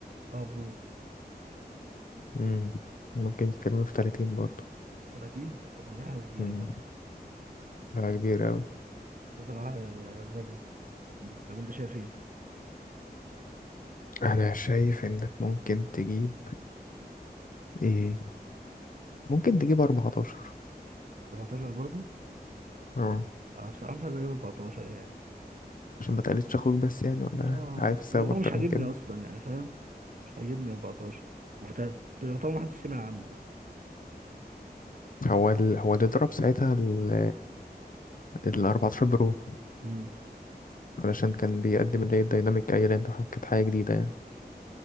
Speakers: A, on the right; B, on the left.
A: اه برو
B: مم. ممكن يتكلموا في 30 برضه
A: 30 طب ما دي حاجه كبيره
B: مم.
A: برضه
B: ده كبير أوي
A: بصراحه آه، غاليه مم، طب انت شايف ايه
B: أنا شايف إنك ممكن تجيب إيه ممكن تجيب 14
A: 14 برضه
B: اه
A: اه بصراحه مش عايز اجيب 14 يعني
B: عشان ما تقلدش أخوك بس يعني ولا
A: اه
B: عارف السبب
A: هو
B: أكتر
A: مش عاجبني
B: من كده
A: اصلا يعني فاهم مش عاجبني 14 وطبعا ما حدش سمع عنه اصلا
B: هو ال... هو اللي ضرب ساعتها ال ال 14 برو
A: امم
B: علشان كان بيقدم اللي هي الديناميك ايلاند وكانت حاجة جديدة يعني